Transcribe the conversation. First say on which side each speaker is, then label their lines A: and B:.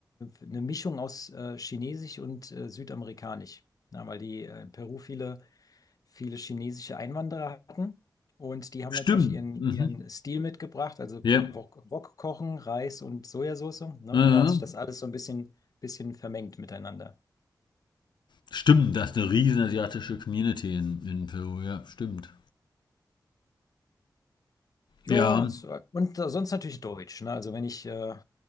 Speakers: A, on the left; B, on the left.
A: eine Mischung aus äh, Chinesisch und äh, Südamerikanisch. Na, weil die äh, in Peru viele, viele chinesische Einwanderer hatten. Und die haben
B: Stimmt.
A: natürlich ihren,
B: Mhm.
A: ihren Stil mitgebracht, also
B: Ja.
A: Wok, Wok kochen, Reis und Sojasauce. Ne?
B: Äh,
A: Und da hat sich das alles so ein bisschen, bisschen vermengt miteinander.
B: stimmt, Das ist eine riesen asiatische Community in, in Peru, ja, stimmt.
A: Ja,
B: Ja,
A: z- und äh, sonst natürlich Deutsch, ne? Also wenn ich, äh,